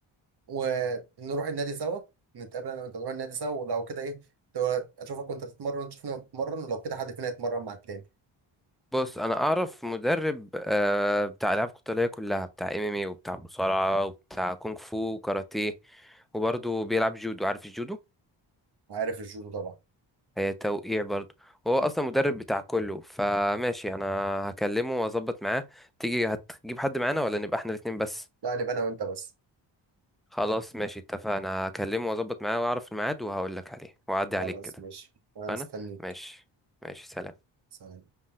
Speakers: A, on the right; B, in the centre.
A: ونروح النادي سوا نتقابل انا وانت نروح النادي سوا ولو كده ايه تو- اشوفك وانت بتتمرن وأنت تشوفني وأنا بتمرن ولو كده حد فينا يتمرن مع التاني
B: بص انا اعرف مدرب آه، بتاع العاب قتاليه كلها بتاع ام ام اي وبتاع مصارعه وبتاع كونغ فو وكاراتيه وبرضه بيلعب جودو عارف الجودو
A: عارف الجودو طبعا
B: هي توقيع برضه هو اصلا مدرب بتاع كله فماشي انا هكلمه واظبط معاه تيجي هتجيب حد معانا ولا نبقى احنا الاتنين بس
A: لا نبقى انا وانت بس
B: خلاص ماشي اتفقنا هكلمه واظبط معاه واعرف الميعاد وهقول لك عليه واعدي عليك
A: خلاص
B: كده
A: ماشي وانا مستنيك
B: انا ماشي ماشي سلام
A: سلام